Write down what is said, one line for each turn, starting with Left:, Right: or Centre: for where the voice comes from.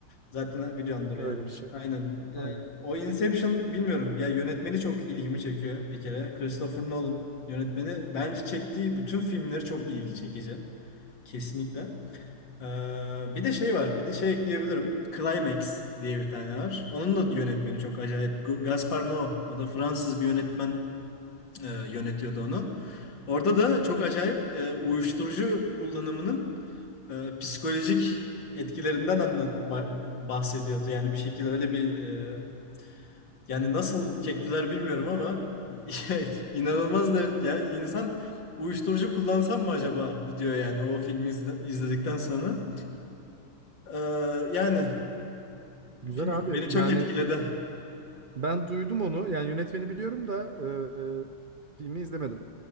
Left: Zaten biliyordur
Right: Öyle
Left: yani.
Right: bir şey.
Left: Aynen. Ee,
Right: Aynen.
Left: o Inception bilmiyorum. Ya yönetmeni çok ilgimi çekiyor bir kere. Christopher Nolan yönetmeni bence çektiği bütün filmleri çok ilgi çekici. Kesinlikle. Ee, bir de şey var. Bir de şey ekleyebilirim. Climax diye bir tane var. Onun da yönetmeni çok acayip. Gu- Gaspar Noé. O da Fransız bir yönetmen e, yönetiyordu onu. Orada da çok acayip e, uyuşturucu kullanımının e, psikolojik etkilerinden anlat ba- bahsediyordu. Yani bir şekilde öyle bir e, yani nasıl çektiler bilmiyorum ama <laughs> inanılmaz da yani insan uyuşturucu kullansam mı acaba bu diyor yani o filmi izle- izledikten sonra. E, yani <laughs>
Right: Güzel
Left: bilmiyorum,
Right: abi.
Left: beni çok
Right: Yani
Left: etkiledi.
Right: ben duydum onu. Yani yönetmeni biliyorum da e, e, filmi izlemedim.